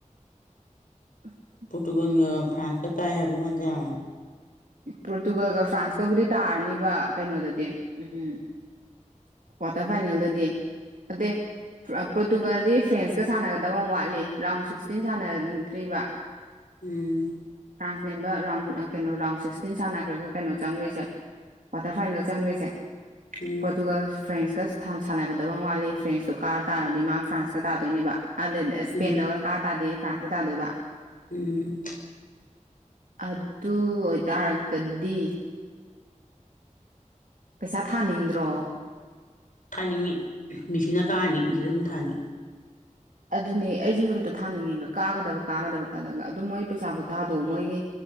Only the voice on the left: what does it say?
ꯄꯣꯔꯇꯨꯒꯥꯜꯒ ꯐ꯭ꯔꯥꯟꯁꯀꯥ ꯇꯥꯏ ꯍꯥꯏꯕꯒꯨꯝ ꯍꯥꯏꯗ
ꯎꯝ
ꯎꯝ
ꯎꯝ ꯎꯝ
ꯎꯝ
ꯊꯥꯅꯤꯡꯉꯤ ꯃꯤꯁꯤꯅ ꯀꯥꯔꯅꯤ ꯃꯤꯁꯤꯗ ꯑꯗꯨꯝ ꯊꯥꯅꯤ